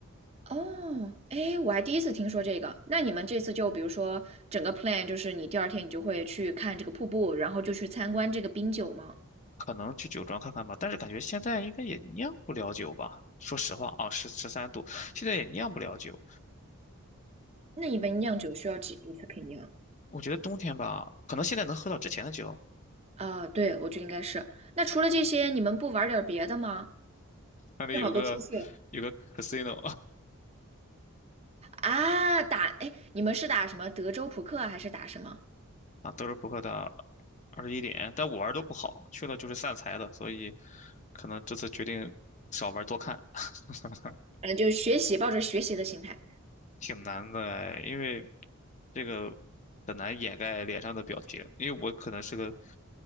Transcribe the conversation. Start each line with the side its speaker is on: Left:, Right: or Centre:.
Right: 哦，哎，我还第一次听说这个。那你们这次就比如说整个 plan 就是你第二天你就会去看这个瀑布，然后就去参观这个冰酒吗？
Left: 可能去酒庄看看吧。但是感觉现在应该也酿不了酒吧？说实话啊，十十三度，现在也酿不了酒。
Right: 那你们酿酒需要几度才可以酿？
Left: 我觉得冬天吧，可能现在能喝到之前的酒，
Right: 啊，对，我觉得应该是。那除了这些，你们不玩点别的吗？
Left: 那里有个有个
Right: 正好都出去了
Left: casino，
Right: 啊，打，哎，你们是打什么德州扑克还是打什么？
Left: 啊，德州扑克的二十一点，但我玩儿都不好，去了就是散财的，所以可能这次决定少玩儿多看，<laughs>
Right: 嗯，就是学习，抱着学习的心态。
Left: 挺难的哎因为这个很难掩盖脸上的表情，因为我可能是个